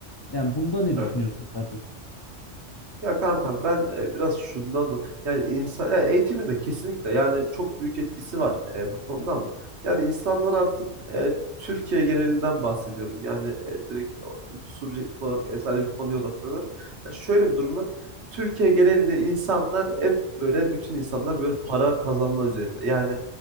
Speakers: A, on the left; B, on the right.
A: Yani bunda ne
B: Evet.
A: düşünüyorsun kardeşim?
B: Ya kankam ben e, biraz şundan da yani insan ya eğitimin de kesinlikle yani çok büyük etkisi var e, bu konuda ama yani insanlar artık e, Türkiye genelinden bahsediyorum. Yani e, direkt o, subjektif olarak e, sadece bir konuya odaklanıyorum. Ya şöyle bir durum var. Türkiye genelinde insanlar hep böyle bütün insanlar böyle para kazanma üzerine. Yani